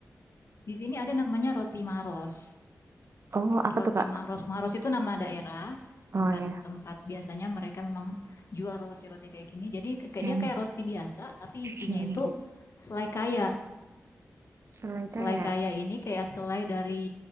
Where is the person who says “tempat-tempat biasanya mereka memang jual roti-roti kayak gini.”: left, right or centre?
Left